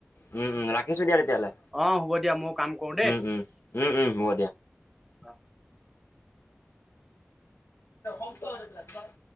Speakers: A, on the left; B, in the centre.
A: উম উম ৰাখিছো দিয়া তেতিয়াহলে।
B: অ হ'ব দিয়া মই কাম কৰো দেই
A: উম উম উম
B: উ
A: উম হ'ব
B: অ।
A: অসম ক তমাৰ।